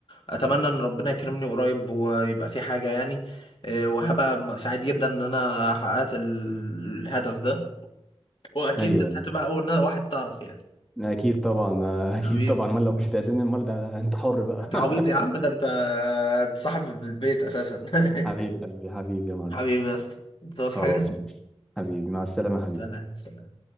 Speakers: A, on the left; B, in the centre.
A: اتمنى ان ربنا يكرمني قريب ويبقى في حاجة يعني آه، وهبقى م- سعيد جدا ان انا حققت ال- الهدف ده واكيد
B: ايوه
A: انت
B: ايوه
A: هتبقى اول نا- واحد تعرف يعني
B: اكيد طبعا اكيد
A: حبيبي
B: طبعا امال لو مش بتعزمني امال ده انت حر بقى
A: انت عبيط
B: <laughs>
A: يا عم ده انت انت صاحبي بالبيت اساسا
B: حبيب
A: <laughs>
B: قلبي حبيبي يا معلم
A: حبيبي يا اسطى انت عاوز
B: خلاص
A: حاجة
B: ماشي حبيبي مع السلامه يا حبيبي
A: سلام سلام